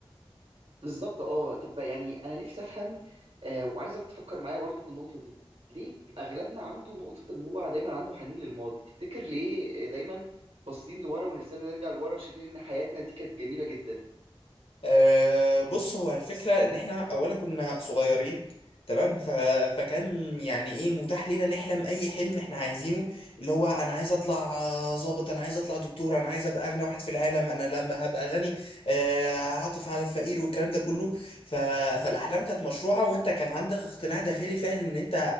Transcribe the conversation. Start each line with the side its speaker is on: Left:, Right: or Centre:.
Right: بالظبط اه طب يعني انا نفسي افهم آه وعايزك تفكر معايا برضو في النقطه دي ليه اغلبنا عنده نقطه ان هو دايما عنده حنين للماضي تفتكر ليه آه، دايما باصين لورا ونفسنا نرجع لورا وشايفين ان حياتنا دي كانت جميله جدا
Left: أه بص هو الفكرة إن إحنا أولا كنا صغيرين تمام ف... فكان يعني إيه متاح لينا نحلم أي حلم إحنا عايزينه اللي هو أنا عايز أطلع آه، ظابط أنا عايز أطلع دكتور أنا عايز أبقى أغنى واحد في العالم أنا لما هبقى غني آه، هعطف على الفقير والكلام ده كله ف... فالأحلام كانت مشروعة وأنت كان عندك اقتناع داخلي فعلا إن أنت